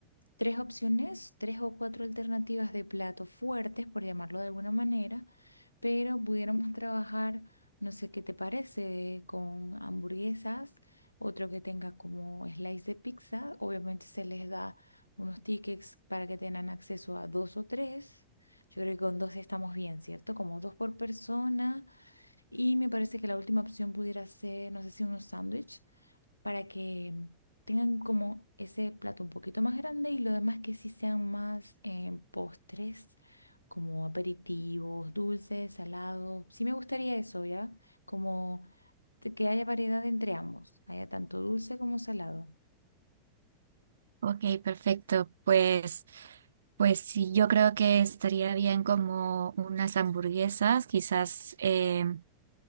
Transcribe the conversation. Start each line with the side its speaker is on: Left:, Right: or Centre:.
Left: tres opciones, tres o cuatro alternativas de platos fuertes, por llamarlo de alguna manera pero pudiéramos trabajar, no sé qué te parece, con hamburguesas, otro que tenga como slice de pizza, obviamente se les da unos tickets para que tengan acceso a dos o tres. Yo creo que con dos estamos bien, ¿cierto? Como dos por persona. Y me parece que la última opción pudiera ser, no sé si unos sándwiches para que tengan como ese plato un poquito más grande y lo demás que sí sean más en postres, como aperitivos, dulces, salados. Sí me gustaría eso, ¿ya? Como te- que haya variedad entre ambos, haya tanto dulce como salado.
Right: Ok, perfecto. Pues, pues sí, yo creo que estaría bien como unas hamburguesas, quizás, eh,